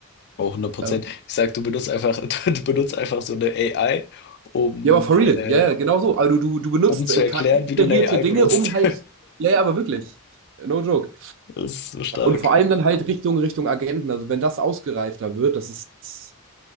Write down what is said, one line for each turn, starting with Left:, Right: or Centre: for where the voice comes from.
Left: auch 100
Right: Ähm,
Left: Ich sage, du benutzt einfach <laughs> du du benutzt einfach so 'ne AI, um,
Right: Ja, aber for real.
Left: äh
Right: Ja, ja, genau so. Also du, du benutzt
Left: um zu
Right: äh,
Left: erklären,
Right: KI-generierte
Left: wie du 'ne AI
Right: Dinge,
Left: benutzt.
Right: um halt.
Left: <laughs>
Right: Ja, ja, aber wirklich. No joke.
Left: Das ist so stark.
Right: Und vor allem dann halt Richtung, Richtung Agenten. Also wenn das ausgereifter wird, das ist.